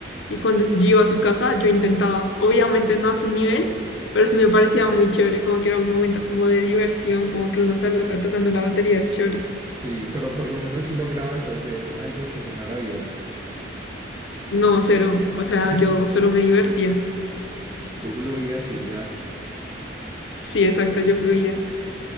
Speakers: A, on the left; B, on the right.
A: y cuando yo iba a su casa, yo intentaba, obviamente no a su nivel, pero sí me parecía muy chévere, como que era un momento como de diversión, como que uno sale acá tocando la batería, es chévere.
B: Sí, pero por lo menos si lograbas hacer algo que sonara bien,
A: No, cero, o sea,
B: <laughs>
A: yo solo me divertía.
B: tú fluías y ya.
A: Sí, exacto, yo fluía.